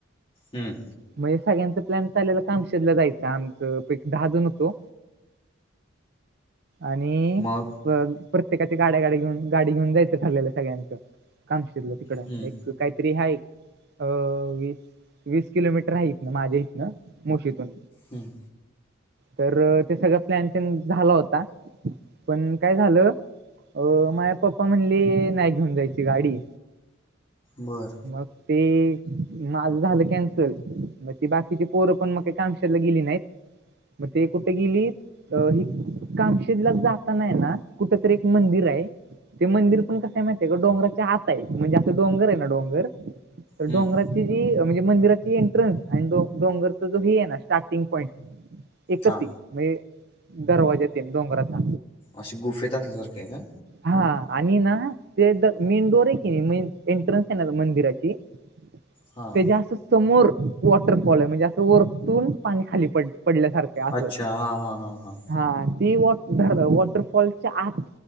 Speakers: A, on the left; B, on the right.
A: हम्म.
B: म्हणजे सगळ्यांचा प्लॅन चालेला कामशीतला जायंच आम च दहा जण होतो आणि
A: मग
B: प्रत्येकाची गाड्या गाडी घेऊन गाडी घेऊन जायचं ठरलेलं सगळ्यांचं. कामशितल तिकड
A: हम्म
B: एक काहीतरी हाय अ- वीस वीस किलोमीटर हाय इथन माझ्या इथनं मुशीतून.
A: हम्म.
B: तर ते सगळं प्लॅन तेन झाला होता पण काय झालं अ माये पप्पा म्हणले नाय घेऊन जायची गाडी.
A: बर.
B: मग ते माझं झालं कॅन्सल मग ती बाकीची पोरं पण मग का कामशीतला गेली नायत. मग ते कुठ गेलीत अ ही कांम तला जाता नाही ना कुठ तरी एक मंदिर हाय. ते मंदिर पण कसय माहितय का डोंगराच्या आत आहे म्हणजे असं डोंगर आहे ना डोंगर तर
A: हम्म
B: डोंगराची जी म्हणजे मंदिराची एंट्रन्स आणि डोरचा जो ही आहे ना स्टार्टिंग एकच
A: हा
B: ए म्हणजे दरवाज्या तेन डोंगराचा.
A: अशी गुफेत असल्यासारखी हाय काय?
B: हा आणि ना ते मेन डोर आहे की नाय मे -एंट्रन्स आहे ना मंदिराची <inaudible>
A: हां.
B: जे असं समोर वॉटरफॉल आहे म्हणजे असं वरतून पाणी खाली पड पडल्यासारखं. आहे असं
A: अच्छा हा हा हा हा.
B: हा ती वॉ वॉटरफॉलच्या आत